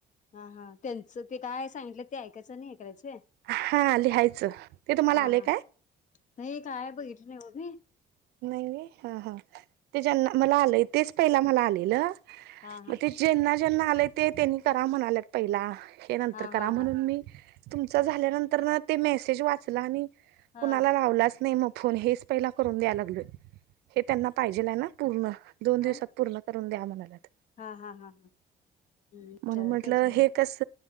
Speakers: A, on the left; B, on the right.
A: हा हा त्यांचं ते काय सांगितलं ते ऐकायचं नाही करायचं होय
B: हा लिहायचं ते तुम्हाला
A: हा
B: आले
A: हा
B: काय
A: नाही काय बघितलं नाही होी
B: नाही हा हा ते ज्यांना मला आलंय तेच पहिला मला आलेलं
A: हा हा
B: मे जेना ज्यांना आलेय ते त्यांनी करा म्हणालेत पहिला हे नंतर
A: हा
B: करा
A: हा हा
B: म्हणून मी तुमचा झाल्यानंतर ना ते मेसेज वाचला आणि
A: हा
B: कुणाला लावलाच नाही मग फो हेच पहिला करून द्यायला हे त्यांना पाहिजे आहे ना पूर्ण दोन
A: हा
B: दिवसात
A: हा
B: पूर्ण करून द्या म्हणालात
A: हा हा हा हम्म विचारायला
B: म्हणून म्हटलं
A: पाहिजे म्हणून
B: हे कस